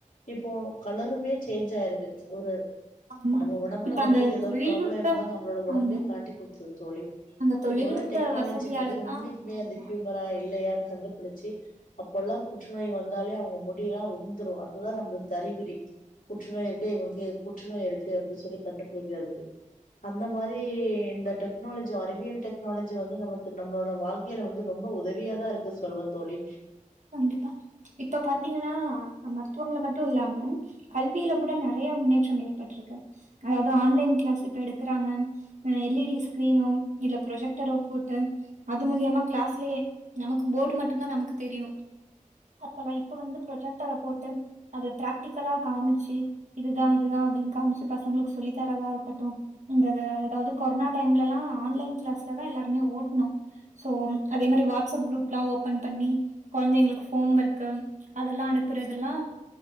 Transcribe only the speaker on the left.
இப்போ கலருமே சேஞ்ச் ஆயிருக்கு ஒரு
நம்ம உடம்புல
வந்து
ஏதோ
ப்ராப்ளம் இருந்தா நம்மளோட உடம்பே
அத காட்டி குடுத்திருது தோழி
இப்போல்ல டெக்னாலஜி
ப்படி உண்மைக்குமே
அது கியூமரா இல்லையா கண்டுபிடிச்சு அப்பல்லாம் புற்றுநோய் வந்தாலே அவங்க முடியல்லாம் உதிந்துரும் அதுதான் அவங்களுக்குஅறிகுறி புற்றுநோய் இருக்கு இவ புற்றுநோய் இருக்கு அப்டி சொல்லி கண்டுபிடிக்கறதுக்கு அந்த மாதிரி இந்த டெக்னாலஜி அறிவியல் டெக்னாலஜி வந்து நம நம்மளோட வாழ்க்கையில வந்து ரொம்ப உதவியாதா இருக்கு சொல்வன் தோழி